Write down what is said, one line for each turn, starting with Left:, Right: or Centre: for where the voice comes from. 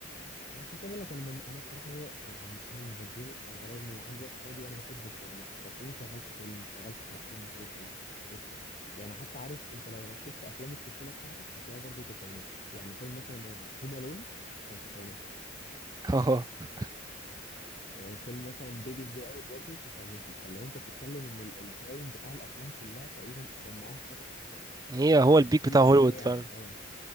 Left: انا عشان كده بقول لك انا من... انا الصراحه ايه، يعني انا لما بتزنق او بلاقي انه عندي وقت فاضي انا بحب الفرجه فتلاقيني شغلت فيلم شغلت حلقتين مسلسل قشطه يعني حتى عارف انت لو ركزت افلام الطفوله بتاعتك هتلاقيها برضو تسعيناتي يعني فيلم مثلا هوم الون كان تسعيناتي
Right: <laughs> اه
Left: آه، فيلم مثلا بيبيز داي اوت برضو تسعيناتي فاللي انت بتتكلم ان ال- البرايم بتاع الافلام كلها تقريبا جمعوها في فتره التسعينات
Right: هي هو البيك
Left: كان في
Right: بتاع هوليوود
Left: ابداع
Right: فعلا
Left: اه